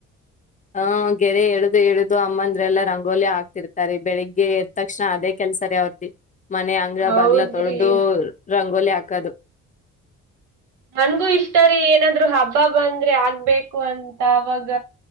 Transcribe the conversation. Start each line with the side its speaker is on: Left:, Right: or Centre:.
Left: ಹ ಗೆರೆ ಎಳ್ದು ಎಳ್ದು ಅಮ್ಮಂದ್ರೆಲ್ಲಾ ರಂಗೋಲಿ ಆಗ್ತಿರ್ತಾರೆ ಬೆಳಿಗ್ಗೆ ಎ ತಕ್ಷಣ ಅದೇ ಕೆಲ್ಸ ರೆ ಅವರ್ದು ಮನೆ ಅಂಗ್ಗಳ
Right: ಹೌದ್ರಿ.
Left: ಬಗ್ಲ ತೊಳೆ್ದ ರಂಗೋಲಿ ಹಾಕದು
Right: ನನ್ಗೂ ಇಷ್ಟಾರಿೀ ಏನಾದ್ರು ಹಬ್ಬ ಬಂದ್ರೆ ಆಗ್ಬೇಕು ಅಂತ ಅವಾಗ